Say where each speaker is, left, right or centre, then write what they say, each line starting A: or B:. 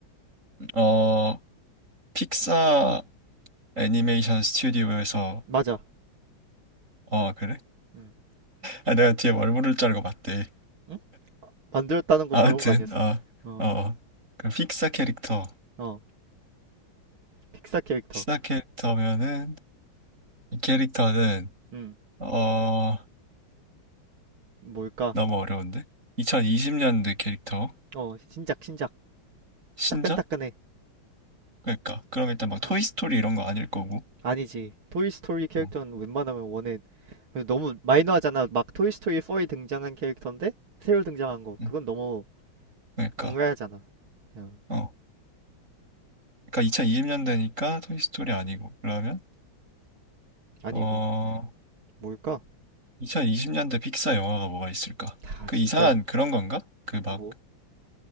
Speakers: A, on the right; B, on the right.
A: 어, 픽사 애니메이션 스튜디오에서
B: 맞아.
A: 어, 그래?
B: 음.
A: 아, 내가 뒤에 뭘 부를 줄 알고 봤대.
B: 응? 아, 만들었다는 거
A: 아무튼
B: 물어본 거 아니었어.
A: 어,
B: 어,
A: 어, 그 픽사 캐릭터,
B: 어. 픽사 캐릭터.
A: 픽사 캐릭터면은 이 캐릭터는
B: 음.
A: 어
B: 뭘까?
A: 너무 어려운데? 2020년대 캐릭터
B: 어, 신작, 신작.
A: 신작?
B: 따끈따끈해.
A: 그러니까 그럼 일단 막 토이
B: 어.
A: 스토리 이런 거 아닐 거고.
B: 아니지. 토이 스토리 캐릭터는
A: 어,
B: 웬만하면 원에 그래서 너무 마이너하잖아. 막 토이스토리 4에 등장한 캐릭터인데 새로 등장한 거.
A: 음,
B: 그건 너무
A: 그러니까
B: 악랄하잖아. 야,
A: 어, 그러니까 2020년대니까 토이 스토리 아니고 그러면
B: 아니고
A: 어
B: 뭘까?
A: 2020년대 픽사 영화가 뭐가 있을까?
B: 다
A: 그
B: 진짜
A: 이상한 그런 건가? 그 막
B: 뭐?